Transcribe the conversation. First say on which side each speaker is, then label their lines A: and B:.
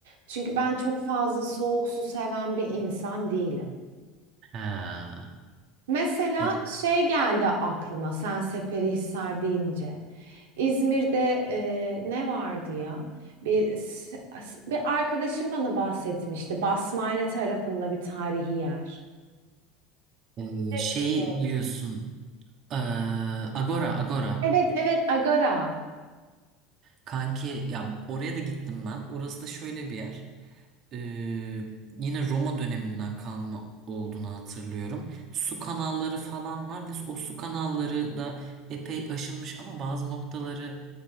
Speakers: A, on the right; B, on the right.
A: Çünkü ben çok fazla soğuk su seven bir insan değilim.
B: Ha.
A: Mesela
B: E,
A: şey geldi aklıma sen Seferihisar deyince. İzmir'de e, ne vardı ya? Bir, s- as- bir arkadaşım bana bahsetmişti. Basmane tarafında bir tarihi yer.
B: e,
A: Neresiydi
B: şey
A: orası?
B: diyorsun. e, Agora, Agora.
A: Evet evet Agara.
B: Kanki ya oraya da gittim ben. Orası da şöyle bir yer. Ee, yine Roma döneminden kalma olduğunu hatırlıyorum. Su kanalları falan var ve o su kanalları da epey aşınmış ama bazı noktaları